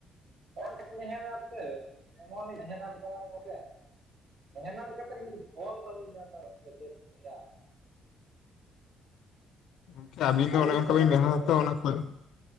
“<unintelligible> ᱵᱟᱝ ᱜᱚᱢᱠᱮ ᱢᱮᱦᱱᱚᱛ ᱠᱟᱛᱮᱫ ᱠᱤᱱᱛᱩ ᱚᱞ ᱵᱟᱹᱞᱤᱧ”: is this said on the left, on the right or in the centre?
Right